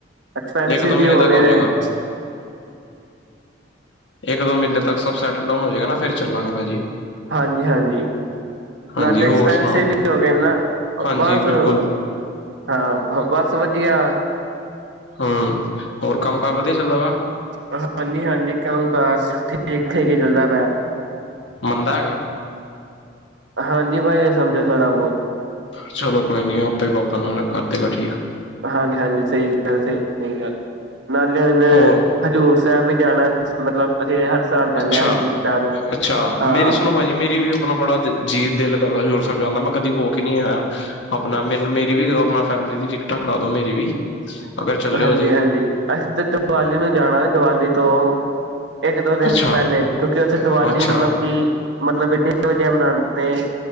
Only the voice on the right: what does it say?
ਐਕਸਪੈਂਸਿਵ
ਵੀ
ਹੋ
ਗਏ ਨੇ,
ਹਾਂਜੀ-ਹਾਂਜੀ।
ਨਾਲੇ
ਐਕਸਪੈਂਸਿਵ
ਵੀ ਹੋ ਗਏ ਨਾ
ਬਸ ਹਾਂ,
ਬਸ ਵਧੀਆ।
ਹਾਂਜੀ-ਹਾਂਜੀ ਕੰਮ-ਕਾਰ ਠੀਕ-ਠੀਕ ਹੀ ਚਲਦਾ ਪਿਆ।
ਹਾਂਜੀ, ਬਾਈ ਇਹ ਸਮਝੋ ਥੋੜ੍ਹਾ ਬਹੁਤ।
ਹਾਂਜੀ-ਹਾਂਜੀ, ਸਹੀ ਗਲ ਸਹੀ-ਸਹੀ ਗਲ, ਨਾਲੇ ਇਨੇ
ਹਜ਼ੂਰ ਸਾਹਿਬ ਵਿਚ ਜਾਣਾ ਮਤਲਬ ਅਸੀਂ ਹਰ ਸਾਲ ਜਾਂਦੇ
ਹਾਂ ਹਜ਼ੂਰ ਸਾਹਿਬ ਹਾਂ
ਹਾਂਜੀ-ਹਾਂਜੀ,
ਅਸੀ ਤਾਂ ਦੀਵਾਲੀ ਨੂੰ ਜਾਣਾ, ਦੀਵਾਲੀ ਤੋ ਇਕ-ਦੋ ਦਿਨ
ਪਹਿਲੇ, ਕਿਉ ਕਿ ਉਥੇ ਦੀਵਾਲੀ
ਮਤਲਬ ਕਿ ਮਤਲਬ ਬੜੀ ਵਧੀਆ ਮਨਾਉਦੇ ਤੇ